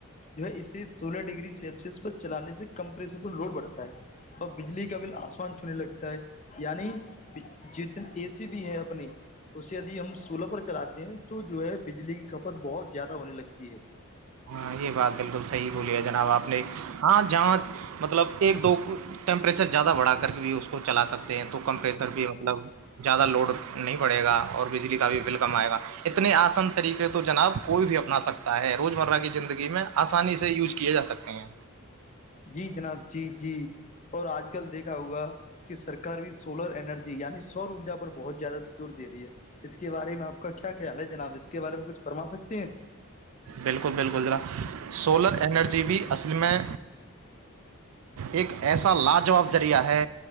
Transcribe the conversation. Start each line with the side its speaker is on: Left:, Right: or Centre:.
Left: جو ہے اس سے سولہ ڈگری سے سلسس پر چلانے سے کم پریشر پر لوڈ بڑتا ہے اور بجلی کا بل آسمان چھونے لگتا یعنی جتنی اے سی بھی ہے اپنی تو اسے یدی ہم سولہ پر چلاتے ہیں تو جو ہے بجلی کی کھپت بہت زیادہ ہونے لگتی ہے
Right: ہاں یہ بات بالکل صحیح بولی ہے جناب آپ نے ہاں جہاں مطلب ایک دو ٹیمپریچر زیادہ بڑھا کر کے بھی اس کو چلا سکتے ہیں تو کمپریچر بھی مطلب زیادہ لوڈ نہیں پڑے گا اور بجلی کا بھی بل کم آئے گا اتنے آسان طریقے تو جناب کوئی بھی اپنا سکتا ہے روزمرہ کی زندگی میں آسانی سے یوز کیے جا سکتے ہیں
Left: جی جناب جی جی اور آج کل دیکھا ہوگا کہ سرار بھی سولر انرجی یعنی سوور ارجا پر بہت زیادہ زور دے رہی ہے اس کے بارے میں آپ کا کیا خیال ہے جناب اس کے بارے میں کچھ فرما سکتے ہیں
Right: بالکل بالکل ذرا سولر انرجی بھی اصل میں ایک ایسا لاجاب ذریعہ ہے